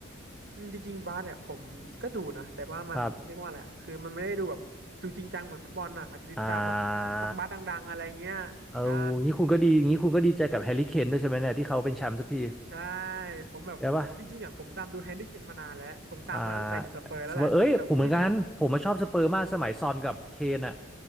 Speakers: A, on the right (about 50°); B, in the centre.
A: อืมจริงๆบาสเนี่ยผมก็ดูนะแต่ว่ามันเรียกว่าอะไรคือมันไม่ได้ดูแบบดูจริงจังเหมือนฟุตบอลน่ะอาจจะติดตามแบบนักบาสดังๆอะไรเงี้ยใช่
B: ครับอ่า เอางี้คุณก็ดีงี้คุณก็ดีใจกับแฮร์รี่เคนด้วยใช่ไหมเนี่ยที่เขาเป็นแชมป์สักที
A: ใช่ผมแบบจริงๆอ่ะผมตามดูแฮร์รี่เคนมานานแล้วผมตามมาตั้งแต่อยู่สเปอร์แล้วแหละแบบเอ้ยลุ้น
B: ได้ปะอ่าสเปอร์เอ้ยผมเหมือนกันผมมาชอบสเปอร์มากสมัยซอนกับเคนอ่ะ